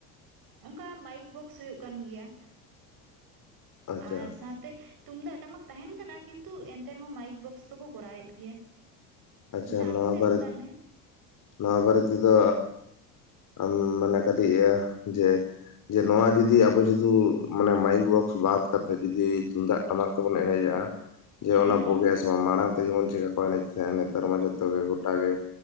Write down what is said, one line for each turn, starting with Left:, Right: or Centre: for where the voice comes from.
Right: ᱚᱱᱠᱟ ᱢᱟᱭᱤᱠ ᱵᱚᱠᱥ ᱦᱩᱭᱩᱜ ᱠᱟᱱ ᱜᱮᱭᱟ
Left: ᱟᱪᱪᱷᱟ
Right: ᱟᱨ ᱥᱟᱶᱛᱮ ᱛᱩᱢᱫᱟᱜ ᱴᱟᱢᱟᱠ ᱛᱟᱦᱮᱱ ᱠᱟᱱᱟ ᱠᱤᱱᱛᱩ ᱮᱱᱛᱮ ᱨᱮᱦᱚᱸ ᱢᱟᱭᱤᱠ ᱵᱚᱠᱥ ᱫᱚᱠᱚ ᱠᱚᱨᱟᱣᱮᱫ ᱜᱮᱭᱟ
Left: ᱟᱪᱪᱷᱟ
Right: ᱫᱟᱫᱟ
Left: ᱱᱚᱣᱟ
Right: ᱟᱯᱮ ᱥᱮᱫ
Left: ᱵᱟᱨᱮ
Right: ᱫᱚ ᱛᱟᱦᱚᱞᱮ
Left: ᱱᱚᱣᱟ ᱵᱟᱨᱮ ᱛᱮᱫᱚ ᱟᱢ ᱢᱟᱱᱮ ᱠᱟᱹᱴᱤᱡ ᱡᱮ ᱡᱮ ᱱᱚᱣᱟ ᱡᱩᱫᱤ ᱟᱵᱚ ᱡᱩᱫᱤ ᱢᱟᱱᱮ ᱢᱟᱭᱤᱠ ᱵᱚᱠᱥ ᱵᱟᱫ ᱠᱟᱛᱮᱫ ᱡᱩᱫᱤ ᱛᱩᱢᱫᱟᱜ ᱴᱟᱢᱟᱠ ᱛᱮᱵᱚᱱ ᱮᱱᱮᱡᱟ ᱡᱮ
Right: ᱦᱮᱸ
Left: ᱚᱱᱟ ᱵᱚᱜᱮᱼᱟ ᱥᱮ ᱵᱟᱝ ᱢᱟᱲᱟᱝ ᱡᱮᱢᱚᱱ ᱪᱮᱠᱟ ᱠᱚ ᱮᱱᱮᱡ ᱛᱟᱦᱮᱫ ᱱᱮᱛᱟᱨ ᱢᱟ ᱡᱚᱛᱚ ᱜᱮ ᱜᱚᱴᱟ ᱜᱮ